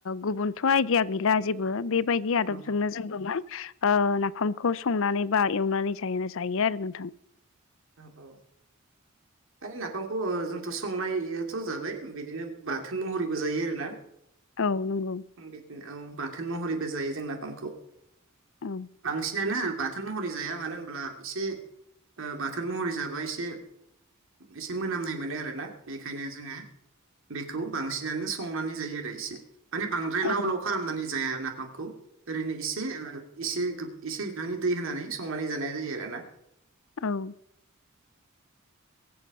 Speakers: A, on the left (about 65°); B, on the right (about 65°).
A: गुबुनथ आयदिया गैला जेबो बे बायदि आदबजोंनो
B: औ
A: जोंबो मा ओ नाफामखौ संनानै बा एवनानै जायोना जायो आरो नोंथां
B: औ औ आरो नाफामखौ ओ जोंथ संनानैथ जाबाय बिदिनो बाथोन महरैबो जायो आरोना
A: औ नंगौ
B: बिदिनो औ बाथोन महरैबो जायो जों नाफामखौ
A: औ
B: बांसिनानो बाथोन महरै जाया मानो होनब्ला एसे बाथोन महरै जाबा एसे एसे मोनामनाय मोनो आरोना बेखायनो जोङो बेखौ बांसिनानो संनानै जायो आरो इसे। माने बांद्राय
A: औ
B: लाव लाव खालामनानै जाया नाफामखौ ओरैनो एसे ओ एसे एसे बिबांनि दै होनानै संनानै जानाय जायो आरोना।
A: औ